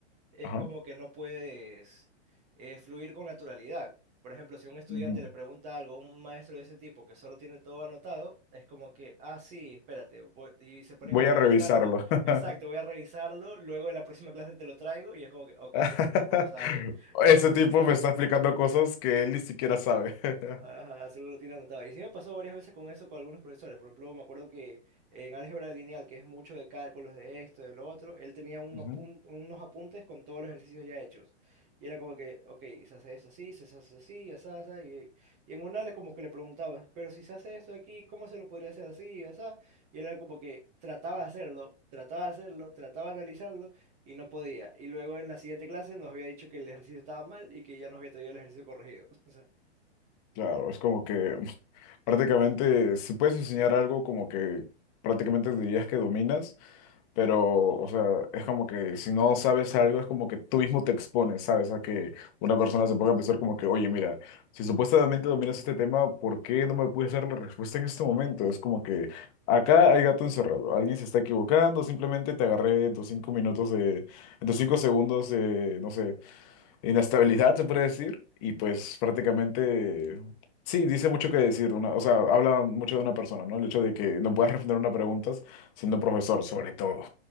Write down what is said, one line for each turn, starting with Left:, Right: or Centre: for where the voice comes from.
Right: es
Left: Ajá.
Right: como que no puedes eh, fluir con naturalidad. Por ejemplo, si un estudiante
Left: Ujú.
Right: le pregunta algo a un maestro de ese tipo que solo tiene todo anotado, es como que, ah, sí, espérate, voy- y se ponen
Left: Voy
Right: a analizarlo,
Left: a revisarlo. <laughs>
Right: exacto, voy a revisarlo, luego en la próxima clase te lo traigo y es como que, ok,
Left: <laughs>
Right: ese tipo no sabe lo
Left: Ese
Right: que está enseñando.
Left: tipo me está explicando cosas que él ni siquiera sabe. <laughs>
Right: Ajá, solo lo tiene anotado. Y sí me pasó varias veces con eso con algunos profesores. Por ejemplo, me acuerdo que en álgebra lineal, que es mucho de cálculos de esto, de lo otro, él tenía un
Left: Ujú.
Right: apun- unos apuntes con todos los ejercicios ya hechos. Y era como que, ok, se hace esto así, se hace así, así, asá. Y, y en una le como que le preguntaba, pero si se hace esto aquí, ¿cómo se lo podría hacer así, así? Y él era como que trataba de hacerlo, trataba de hacerlo, trataba de analizarlo y no podía. Y luego en la siguiente clase nos había dicho que el ejercicio estaba mal y que ya nos había traído el ejercicio corregido. <laughs>
Left: Claro, es como que <laughs> prácticamente, si puedes enseñar algo como que prácticamente dirías que dominas, Pero, o sea, es como que si no sabes algo, es como que tú mismo te expones, ¿sabes? A que una persona se ponga a pensar como que, oye, mira, si supuestamente dominas este tema, ¿por qué no me puedes dar la respuesta en este momento? Es como que acá hay gato encerrado, alguien se está equivocando, simplemente te agarré en tus cinco minutos de, en tus cinco segundos de, no sé, inestabilidad, se puede decir, y pues prácticamente, sí, dice mucho que decir, una, o sea, habla mucho de una persona, ¿no? El hecho de que no puedas responder una pregunta siendo profesor, sobre todo.